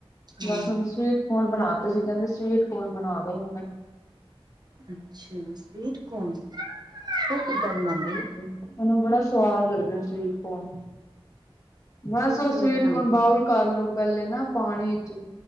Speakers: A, on the right; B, on the left.
A: ਹਾਂ
B: ਬਸ ਹੁਣ ਸਵੀਟ ਹੁਣ ਬਣਾ ਤੇ ਸੀ ਕਹਿੰਦੇ ਸਵੀਟ ਕੌਣ ਬਣਾ ਦੋ
A: ਅੱਛਾ ਸਵੀਟ ਕੋਨ ਉਹ ਕਿੱਦਾਂ ਬਣਾਉਂਦੇ ਨੇ
B: ਆਪਾਂ ਨੂੰ ਬੜਾ ਸਵਾਦ ਲੱਗਦਾ ਸਵੀਟ ਕੋਨ ਬਸ ਉਹ
A: ਕਿਵੇਂ
B: ਸਵੀਟ
A: ਬਣਾਉਂਦੇ
B: ਕੋਨ ਬਾਲ ਕਰਲੋ ਪਹਿਲੇ ਨਾ ਪਾਣੀ ਚ